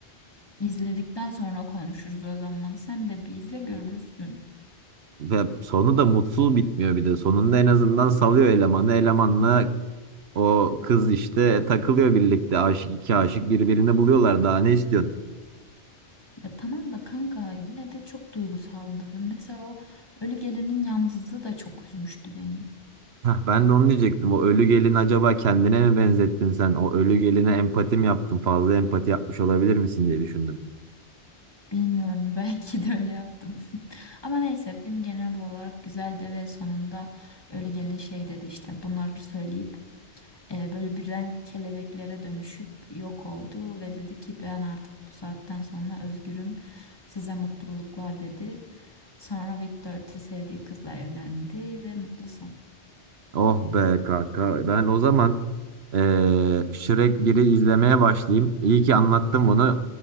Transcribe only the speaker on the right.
Ve sonu da mutsuz bitmiyor bir de. Sonunda en azından salıyor elemanı. Elemanla o kız işte takılıyor birlikte. Aşık iki aşık birbirini buluyorlar. Daha ne istiyorsun?
Hah, ben de onu diyecektim. O ölü gelin acaba kendine mi benzettin sen? O ölü geline empati mi yaptın? Fazla empati yapmış olabilir misin diye düşündüm.
Oh be kanka. Ben o zaman eee Shrek 1'i izlemeye başlayayım. İyi ki anlattım bunu.